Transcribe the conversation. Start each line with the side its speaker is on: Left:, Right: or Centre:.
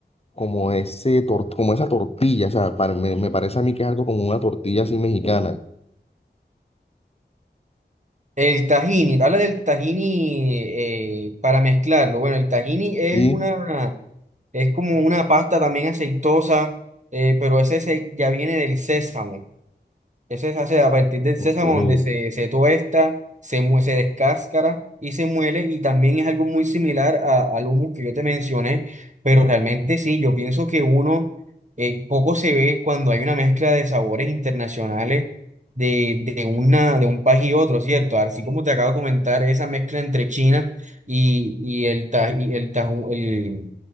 Left: como ese tor- como esa tortilla, o sea, para- me, me parece a mí que es algo como una tortilla así mexicana.
Right: El tahini, habla del tahini eh, para mezclarlo. Bueno, el tahini es
Left: Sí,
Right: una, es como una pasta también aceitosa, eh, pero ese se- ya viene del sésamo. Ese se hace a partir del
Left: ok.
Right: sésamo donde se, se tuesta, se, mue- se descáscara y se muele y también es algo muy similar a- al humus que yo te mencioné, pero realmente sí, yo pienso que uno eh, poco se ve cuando hay una mezcla de sabores internacionales de, de, una, de un país y otro, ¿cierto? Así como te acabo de comentar, esa mezcla entre China y, y el, ta- y el, taju- el,